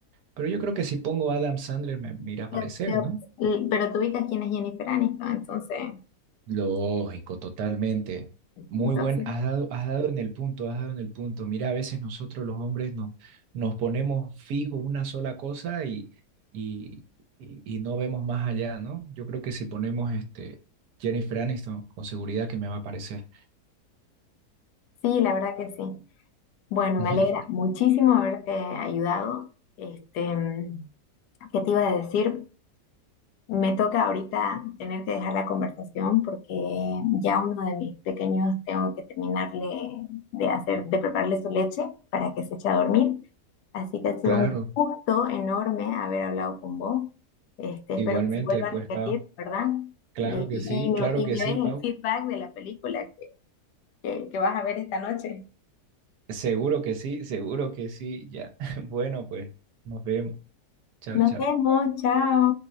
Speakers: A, on the right; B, on the left.
A: Pero yo creo que si pongo Adam Sandler me, me irá a aparecer,
B: Te-
A: ¿no?
B: te- Pero tú ubicas quién es Jennifer Aniston, entonces,
A: Lógico, totalmente. Muy
B: entonces,
A: buen, has dado, has dado en el punto, has dado en el punto. Mira, a veces nosotros los hombres nos, nos ponemos fijos una sola cosa y, y, y, y no vemos más allá, ¿no? Yo creo que si ponemos este Jennifer Aniston, con seguridad que me va a aparecer.
B: sí, la verdad que sí. Bueno,
A: <laughs>
B: me alegra muchísimo haberte ayudado. Este, mm, ¿qué te iba a decir? Me toca ahorita tener que dejar la conversación porque ya uno de mis pequeños tengo que terminarle de hacer, de prepararle su leche para que se eche a dormir. Así que ha sido
A: Claro,
B: un gusto enorme haber hablado con vos. Este, espero
A: igualmente,
B: que se vuelva
A: pues,
B: a repetir,
A: Pau.
B: ¿verdad?
A: Claro
B: Y,
A: que
B: y-
A: sí,
B: y me,
A: claro
B: y
A: que
B: me
A: sí,
B: den
A: Pau.
B: el feedback de la película que, que que vas a ver esta noche.
A: Seguro que sí, seguro que sí, ya. <laughs> Bueno, pues, nos vemos. Chao,
B: Nos
A: chao.
B: vemos, chao.